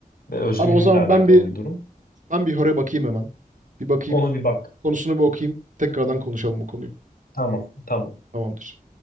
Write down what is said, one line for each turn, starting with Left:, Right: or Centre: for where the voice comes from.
Left: ve özgürlükle
Right: Abi o zaman
Left: alakalı
Right: ben bir
Left: bir durum.
Right: Ben bir horaya bakayım hemen. Bir bakayım.
Left: Ona bir bak.
Right: Konusunu bir okuyayım. Tekrardan konuşalım bu konuyu.
Left: Tamam tamam.
Right: Tamamdır.